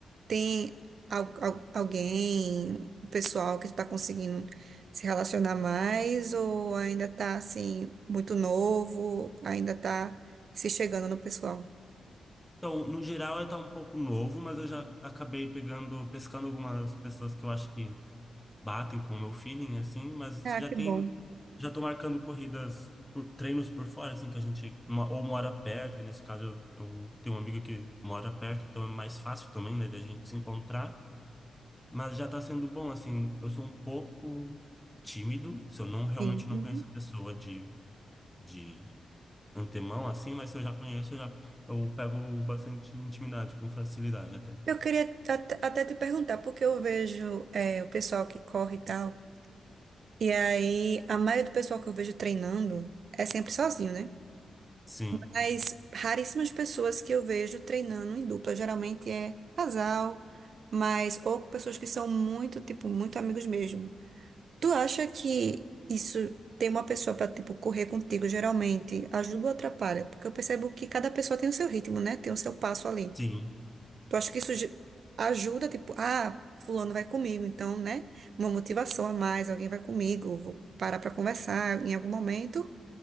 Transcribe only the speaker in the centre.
Então, no geral, eu tá um pouco novo, mas eu já acabei pegando, pescando algumas pessoas que eu acho que batem com o meu feeling, assim, mas
já
tem,
já tô marcando corridas, por, treinos por fora, assim, que a gente, mo- ou mora perto, que nesse caso eu, eu tenho um amigo que mora perto, então é mais fácil também, né, da gente se encontrar, mas já tá sendo bom, assim, eu sou um pouco tímido, se eu não, realmente
não
conheço a pessoa de, de antemão, assim, mas se eu já conheço, eu já, eu pego bastante intimidade, com facilidade até.
Sim,
sim.